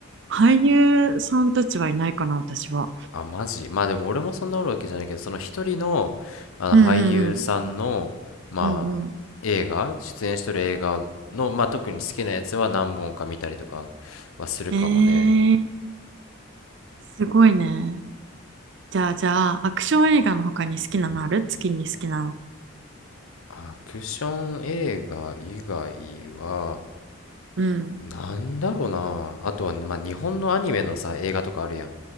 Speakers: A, on the right; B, on the left.
A: 俳優さんたちはいないかな、私は。
B: あ、マジ。まあでも俺もそんなおるわけじゃないけど、その一人の、あの俳優さんの、
A: うんうん
B: まあ、
A: うん。うん
B: 映画、出演しとる映画の、まあ特に好きなやつは何本か見たりとかはするかもね。
A: えー、すごいね。じゃあ、じゃあ、アクション映画の他に好きなのある月に好きなの。
B: アクション映画以外は、
A: うん。
B: なんだろうな。あとはね、まあ日本のアニメのさ、映画とかあるやん。